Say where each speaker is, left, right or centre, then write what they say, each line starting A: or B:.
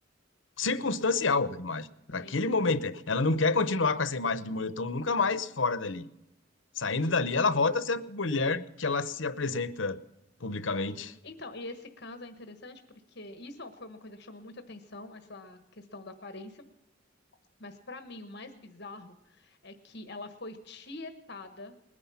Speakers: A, on the left; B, on the left.
A: circunstancial a imagem. Para
B: Sim.
A: aquele momento, é. ela não quer continuar com essa imagem de moletom nunca mais fora dali. Saindo dali, ela volta a ser a mulher que ela se apresenta publicamente
B: Então, e esse caso é interessante porque isso foi uma coisa que chamou muita atenção, essa questão da aparência, mas para mim o mais bizarro é que ela foi tietada